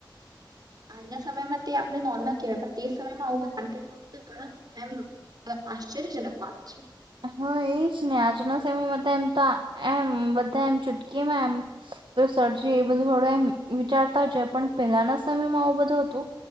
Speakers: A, on the right; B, on the right.
A: આજના સમયમાં તે આપણે નોર્મલ કવાય પણ તે સમયમાં આવુંધ જાણકારે તો ઘણા એમ આશ્ચર્યજનક વાત છે
B: હા એ જ ને આજના સમયમાં એમ તો એમ બધા એમ ચૂટકીમાં એમ સરજી એ બધું થડું એમ વિચારતા છે પણ પહેલાના સમયમાં આવું બધું હતું